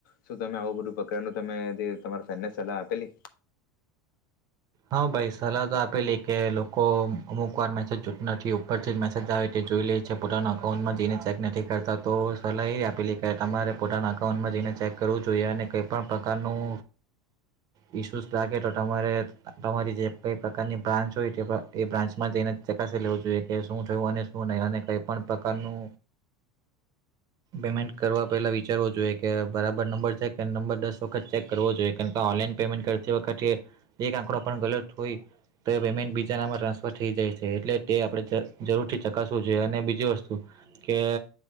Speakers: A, on the left; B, on the right.
A: શું તમે આવું બધું પ્રકારનું તમે જે તમારા ફ્રેન્ડને સલાહ આપેલી?
B: હા ભાઈ! સલાહ તો આપેલી કે લોકો અમુકવાર મેસેજ જૂ નથી ઉપરથી જ મેસેજ આવે તે જોઈ લેય છે પોતાના અકાઉન્ટમાં જઈને ચેક નથી કરતા. તો સલાહ એ આપેલી કે તમારે પોતાના અકાઉન્ટમાં જઈને ચેક કરવું જોઈએ અને કંઈ પણ પ્રકારનું મિસ યુઝ લાગે તો તમારે તમારી જે કઈ પ્રકારની બ્રાન્ચ હોય એ બ્રાન્ચમાં જઇને ચકાસી લેવુ જોઈએ કે શું થયું અને શું નઈ અને કઈ પણ પ્રકારનું પેમેન્ટ કરવા પહેલા વિચારવુ જોઈએ કે, બરાબર નંબર છે નંબર દસ વખત ચેક કરવો જોઈએ. કેમકે ઓન લાઇન પેન્ટ કરતી વખતે એક આંકડો પણ ગલત હોય તો પેમેન્ટ બીજાનામાં ટ્રાન્સફર થઈ જાય છે એટલે તે આપણે જરૂરથી ચકાસવું જોઈએ અને બીજી વસ્તુ કે